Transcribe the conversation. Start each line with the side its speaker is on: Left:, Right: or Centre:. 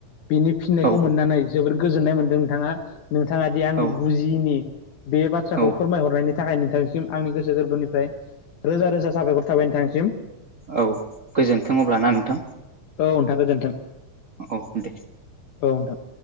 Left: बिनि फिननायखौ
Right: औ
Left: मोननानै जोबोर गोजोननाय मोनदों नोंथाङा नोंथाङा दि आं
Right: औ
Left: बुजिनि बे बाथ्राखौ
Right: औ
Left: फोरमायहरनायनि थाखाय नोंथांसिम आंनि गोसो गोरबोनिफ्राय रोजा रोजा साबफायखर थाबाय नोंथांसिम।
Right: औ गोजोन्थों अब्ला ना नोंथां
Left: औ नोंथां गोजोनथों
Right: औ दे
Left: औ नोंथां